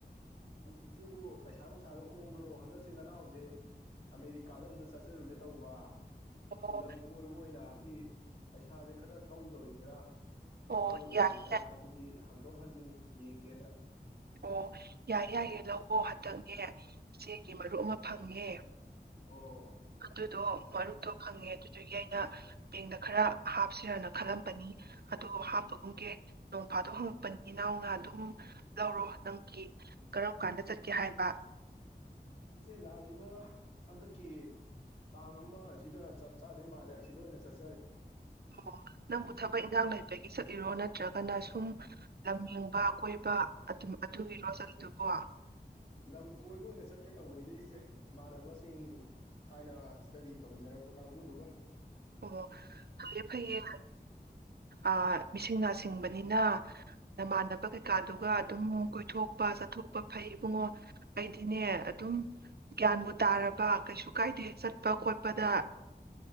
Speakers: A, on the left; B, on the right.
A: ꯏꯆꯦꯕꯨ ꯄꯩꯁꯥ ꯅꯨꯡꯁꯥꯒ ꯀꯣꯝꯕ꯭ꯔꯣ ꯍꯟꯗꯛꯁꯤ ꯅꯅꯥꯎꯖꯤ ꯑꯃꯦꯔꯤꯀꯥꯗ ꯑꯝꯇ ꯆꯠ ꯆꯔꯨꯒꯦ ꯇꯧꯕ
B: ꯑꯣ
A: ꯀ ꯂꯝ ꯀꯣꯏꯕ ꯑꯣꯏꯅ ꯒꯤ ꯄꯩꯁꯥꯁꯦ ꯈꯔ ꯀꯧꯗꯧꯔꯤꯕ꯭ꯔꯥ
B: ꯑꯣ
A: ꯀꯧꯔꯣꯏꯗꯧꯔꯤꯕ꯭ꯔꯥ
B: ꯌꯥꯏꯌꯦ
A: ꯑꯗꯨꯒꯤ ꯍꯪ ꯍꯟꯗꯣꯛ ꯍꯟꯖꯤꯟ ꯌꯦꯡꯒꯦꯅ
B: ꯑꯣ ꯌꯥꯏ ꯌꯥꯏꯌꯦꯦ ꯂꯋꯣ ꯍꯟꯗꯛꯅꯦ ꯏꯆꯦꯒꯤ ꯃꯔꯨꯞ ꯑꯃ ꯐꯪꯉꯦ
A: ꯑꯣ
B: ꯑꯗꯨꯗꯣ ꯃꯔꯨꯞꯇꯣ ꯐꯪꯉꯦ ꯑꯗꯨꯗꯨꯒꯤ ꯑꯩꯅ ꯕꯦꯡꯗ ꯈꯔ ꯍꯥꯞꯁꯤꯔꯅ ꯈꯜꯂꯝꯕꯅꯤ ꯑꯗꯣ ꯍꯥꯞꯄꯒꯨꯝꯒꯦ ꯅꯣꯡꯐꯥꯗꯣꯛ ꯍꯪꯉꯛꯄꯅꯤ ꯏꯅꯥꯎꯅ ꯑꯗꯨꯝ ꯂꯧꯔꯣ ꯅꯪꯀꯤ ꯀꯔꯝ ꯀꯥꯟꯗ ꯆꯠꯀꯦ ꯍꯥꯏꯕ
A: ꯏꯆꯦ ꯂꯥꯛꯂꯤꯕ ꯍꯟꯗꯛꯀꯤ ꯇꯥꯡ ꯑꯃꯁꯤꯗ ꯆꯞ ꯆꯥꯗꯩ ꯃꯥꯜꯂꯦ ꯑꯁꯤꯗ ꯑꯣꯏꯅ ꯆꯠ
B: ꯑꯣ ꯅꯪꯕꯨ ꯊꯕꯛ ꯏꯟꯈꯥꯡ ꯂꯩ ꯒꯤ ꯆꯠꯂꯤꯔꯣ ꯅꯠꯇ꯭ꯔꯒꯅ ꯁꯨꯝ ꯂꯝ ꯌꯦꯡꯕ ꯀꯣꯏꯕ ꯑꯗꯨ ꯑꯗꯨꯒꯤꯔꯣ ꯆꯠꯂꯤꯗꯨꯕꯣ
A: ꯂꯝ ꯀꯣꯏꯕ ꯑꯣꯏꯅ ꯆꯠꯀꯦ ꯇꯧꯕꯅꯤꯗ ꯏꯆꯦ ꯏꯃꯥꯟꯅꯕꯁꯤꯡ ꯊꯥꯏꯅ ꯏꯁ꯭ꯇꯗꯤ ꯇꯧꯃꯤꯟꯅꯔꯛꯄ ꯀꯥꯡꯕꯨꯗꯨꯒ
B: ꯑꯣ ꯐꯌꯦ ꯐꯩꯌꯦ ꯑ ꯃꯤꯁꯤꯡ ꯅꯥ ꯁꯤꯡꯕꯅꯤꯅ ꯅꯃꯥꯟꯅꯕ ꯀꯩꯀꯥꯗꯨꯒ ꯑꯗꯨꯝ ꯀꯣꯏꯊꯣꯛꯄ ꯆꯠꯊꯣꯛꯄ ꯐꯩ ꯏꯕꯨꯡꯉꯣ ꯑꯩꯗꯤꯅꯦ ꯑꯗꯨꯝ ꯒ꯭ꯌꯥꯟꯕꯨ ꯇꯥꯔꯕ ꯀꯩꯁꯨ ꯀꯥꯏꯗꯦ ꯆꯠꯄ ꯈꯣꯠꯄꯗ